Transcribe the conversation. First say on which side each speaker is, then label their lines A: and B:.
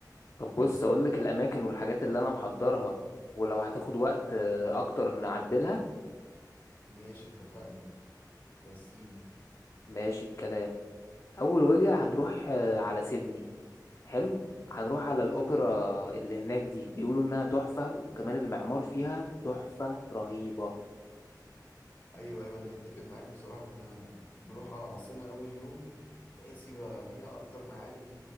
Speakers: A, on the left; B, on the left.
A: طب بص اقول لك الاماكن والحاجات اللي انا محضرها ولو هتاخد وقت آه، اكتر نعدلها
B: ماشي اتفقنا رسيني
A: ماشي الكلام اول وجهة هنروح آه، على سيدني حلو هنروح على الاوبرا اللي هناك دي بيقولوا انها تحفة وكمان المعمار فيها تحفة رهيبة
B: ايوه ايوه انا متفق معاك بصراحه احنا نروح على العاصمه اول يوم بحيث يبقى فيها اكتر معالم